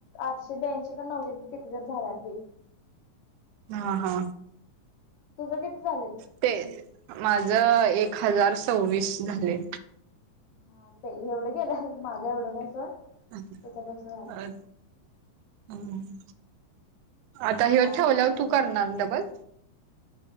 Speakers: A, on the left; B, on the right.
A: आठशे ब्याऐंशी का नऊशे कि. तथच झालात ब्रेक.
B: हा हा
A: तुझं किती झालेत
B: ते माझ. एक हजार सवीस झाले.
A: हा एवढं गेलं माझा एवढं नाही सोड.
B: हम
A: त्याच्यापेक्षा झालं
B: अ हम् आता हेव
A: काय
B: ठेवल्यावर
A: नाय
B: तू करणारं डबल.